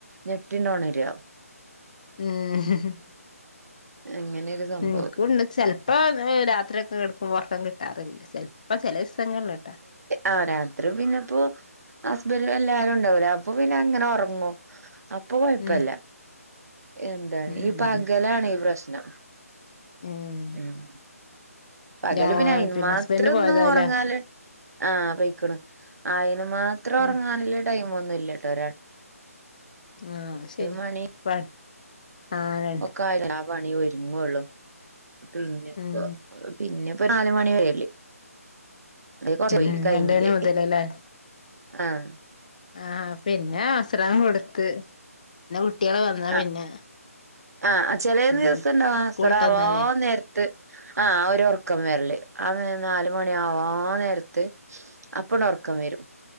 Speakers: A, on the right (about 80°); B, on the left (about 30°).
A: ഞെട്ടിണ്ടോണരിക
B: ഉം ഹം ഹം
A: ങ്ങനെ ഒരു സംഭവം
B: എനിക്കുണ്ട് ചെലപ്പോ രാത്രി ഒക്കെ കിടക്കുമ്പോ ഉറക്കം കിട്ടാറില്ലേ ചെൽപ്പ് അപ്പൊ ചിലേ സ്ഥലങ്ങളിൽ കേട്ടാ
A: ആഹ് രാത്രി പിന്നെപ്പോ ഹസ്ബന്ഡും എല്ലാരും ഉണ്ടാവൂലേ അപ്പൊ പിന്നെ എങ്ങനെ ഉറങ്ങും ഇപ്പ കുഴപ്പല്ല
B: ഉം
A: എന്താണ്
B: ഉം
A: ഈ പകലാണ് ഈ പ്രശ്നം
B: ഉം
A: ഉം പകല്
B: രാ
A: പിന്നെ അയിന്മാത്രൊന്നും
B: ഹസ്ബൻഡ് പോയതാവുല്ലേ
A: ഉറങ്ങാല് ആഹ് പൊയിക്കണ് അയിന് മാത്രം
B: ഉം
A: ഉറങ്ങാനുള്ള ടൈം ഒന്നുംല്ലട്ടോ ഒരാൾ
B: ആഹ് ശരി
A: മണി
B: <unintelligible> കണ്ടേ
A: <unintelligible> പണി ഒരുങ്ങുള്ളൂ പിന്നെപ്പൊ
B: ഉം
A: പിന്നെ ഇപ്പൊ നാല് മണി വരെല്ലേ ആ <unintelligible>
B: ഉം
A: കഴിഞ്ഞില്ലേ
B: രണ്ട് മണി മുതലല്ലേ
A: ആഹ്
B: ആഹ് പിന്നെ അസറാങ്കൊട്ത്ത് പിന്നെ കുട്ട്യാള് വന്നാ
A: ആ
B: പിന്നെ
A: ആഹ് ചെലേ
B: ഒന്നിനും
A: ദിവസണ്ടാവും
B: പറ്റി സ്കൂള്ട്ട്
A: അസറാവാന്നേര്
B: വന്നാലേ
A: ത്ത് ആ ഒരു ഒറ്ക്കം വെര്ല് ആ നേരം നാല്മണ്യാവാന്നേര്ത്ത് അപ്പണ്ടൊർക്കം വെരും